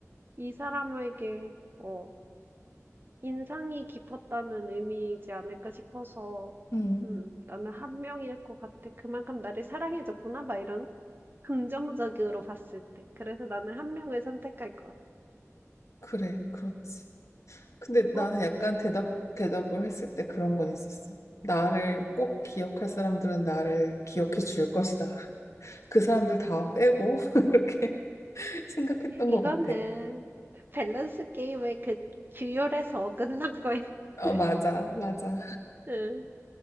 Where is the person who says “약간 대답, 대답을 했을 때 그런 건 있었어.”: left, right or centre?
Left